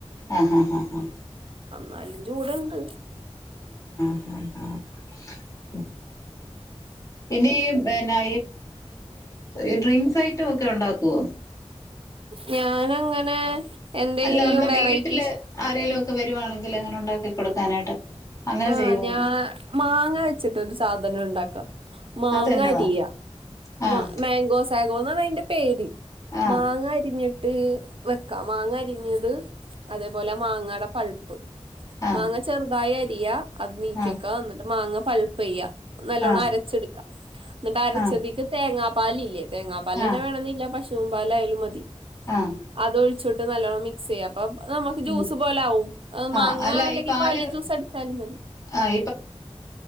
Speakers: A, on the left; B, on the right.
A: ആ ആ ആ ആ
B: എന്നാലും ചൂട് ഇണ്ട്
A: <unintelligible> <unintelligible> പിന്നെ പിന്നെ ഈ ഡ്രിങ്ക്സ് ഐറ്റം ഒക്കെ ഉണ്ടാകോ
B: ഞാനങ്ങനെ എന്തെങ്കിലും
A: അല്ല നമ്മളെ
B: വെറൈറ്റീസ്
A: വീട്ടില് ആരെങ്കിലും ഒ ഒക്കെ വരുവാണെങ്കിൽ അങ്ങനെ ഉണ്ടാക്കി കൊടുക്കാനായിട്ട് അങ്ങനെ
B: ആ
A: ചെയ്യുവോന്ന്
B: ഞാ മാങ്ങ വെച്ചിട്ട് ഒരു സാ ദനം ഉണ്ടാക്കാം മാങ്ങ
A: അതെന്നതാ
B: അരിയാ
A: ആഹ്
B: മാ മേഗോസ് മംഗോന്നാ അയിന്റെ പേര്
A: ആഹ്
B: മാങ്ങ അരിഞ്ഞി ട്ട് വെക്കാം മാങ്ങ അരിഞ്ഞത് അതെ പോലെ മാങ്ങയുടെ പൾപ്പ്‌
A: ആഹ്
B: മാങ്ങ ചെറുതായി അ ഇയാ അത് നീക്കിയെക്കാ
A: ആഹ് ആഹ്
B: ന്നിട്ട് മാങ്ങ പൾപ് യ്യാ നല്ലോണം
A: ആഹ്
B: അരച്ചെടുക്ക. എന്നിട്ട് അരച്ചതിക്ക്
A: ആഹ്
B: ങ്ങാ പാലില്ലേ തേങ്ങാ പാലന്നെ
A: ആഹ്
B: വേണംന്നില്ല. പശുവിൻ തൂപലായാലും മതി
A: ആഹ്
B: അതൊഴി ച്ചിട്ട് നല്ലോണം മിക്സ്‌ ചെയ്യാ പ്പം നമ്മക്ക് ജ്യൂസ്‌
A: ഉം
B: പോലെ ആവും. അത് മാങ്ങാ
A: ആഹ് അല്ല
B: അല്ലെങ്കിൽ
A: ഈ പാല്
B: പാലിൽ ജ്യൂസ്‌ അടിച്ചാലും മതി
A: ആഹ്